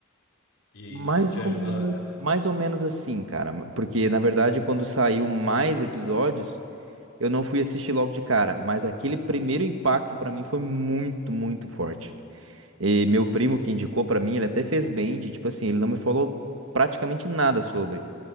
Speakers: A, on the left; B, on the right.
A: e
B: Mais
A: isso te
B: ou
A: ajudou
B: menos,
A: a-
B: mais ou menos assim, cara. Porque, na verdade, quando saiu mais episódios, eu não fui assistir logo de cara. Mas aquele primeiro impacto pra mim foi muito, muito forte. E meu primo que indicou pra mim, ele até fez bem de, tipo assim, ele não me falou praticamente nada sobre.